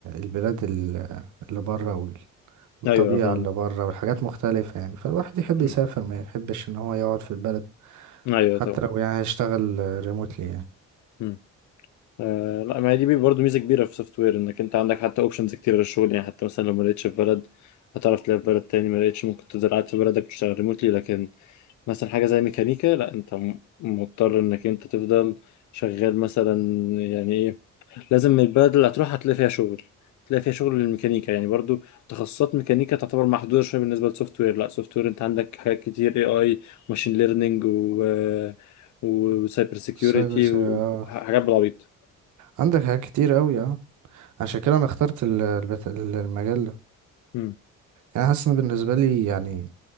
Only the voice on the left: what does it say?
ايوه فاهمة
مم.
ايوه
طبعا
مم. آه لا ما هي دي برضه ميزه كبيره في سوفت وير انك انت عندك حتى اوبشنز كتير للشغل يعني حتى مثلا لو ما لقيتش في بلد هتعرف تلاقي في بلد تاني ما لقيتش ممكن تفضل قاعد في بلدك تشتغل ريموتلي لكن مثلا حاجه زي ميكانيكا لا انت م- مضطر انك انت تفضل شغال مثلا يعني إيه، لازم البلد اللي هتروح هتلاقي فيها شغل هتلاقي فيها شغل للميكانيكا يعني برضو تخصصات ميكانيكا تعتبر محدودة شوية بالنسبة للسوفت وير لا سوفت وير انت عندك حاجات كتير اي اي وماشين ليرنينج و وسايبر سيكيورتي
وحاجات
بالعبيط
مم.